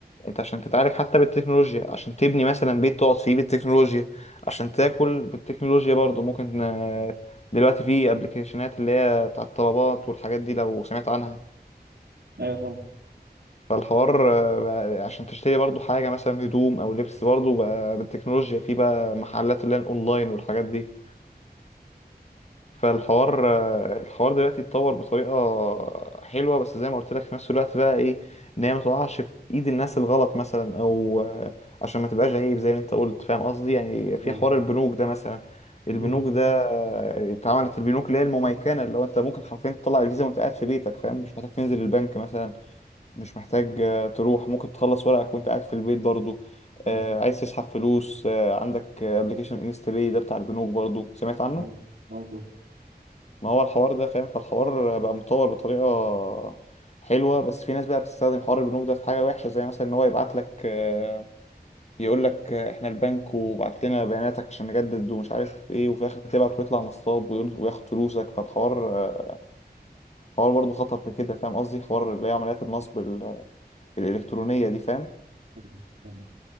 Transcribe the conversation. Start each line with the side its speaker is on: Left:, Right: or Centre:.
Left: انت عشان تتعالج حتى بالتكنولوجيا عشان تبني مثلا بيت تقعد فيه بالتكنولوجيا عشان تاكل بالتكنولوجيا برضو ممكن آه، دلوقتي في ابلكيشنات اللي هي بتاعت الطلبات والحاجات دي لو سمعت عنها
Right: ايوه طبعا
Left: فالحوار آه، بقى عشان تشتري برضو حاجة مثلا هدوم أو لبس برضو بقى بالتكنولوجيا في بقى محلات اللي هي الأونلاين والحاجات دي فالحوار آه، الحوار دلوقتي اتطور بطريقة حلوة بس زي ما قلت لك في نفس الوقت بقى إيه إن هي ما تقعش في إيد الناس الغلط مثلا أو آه، عشان ما تبقاش عيب زي ما أنت قلت فاهم قصدي يعني في
Right: أيوة.
Left: حوار البنوك ده مثلا البنوك
Right: مم.
Left: ده آه، اتعملت البنوك اللي هي المميكنة اللي هو أنت ممكن حرفيا تطلع الفيزا وأنت قاعد في بيتك فاهم مش محتاج تنزل البنك مثلا مش محتاج آه، تروح ممكن تخلص ورقك وانت قاعد في البيت برضو
Right: مم.
Left: آه، عايز تسحب فلوس آه، عندك ابلكيشن انستا باي ده بتاع البنوك برضو سمعت عنه
Right: أيوة. أيوة.
Left: ما هو الحوار ده فاهم فالحوار بقى متطور بطريقة حلوة بس في ناس بقى بتستخدم حوار البنوك ده في حاجة وحشة زي مثلا ان هو يبعت لك آه، يقول لك احنا البنك وبعت لنا بياناتك عشان نجدد ومش عارف ايه وفي الاخر تبعت ويطلع نصاب ويقول- وياخد فلوسك فالحوار آه، حوار برضو خطر في كده فاهم قصدي حوار اللي هي عمليات النصب ال- الإلكترونية دي فاهم
Right: أيوة. فاهم.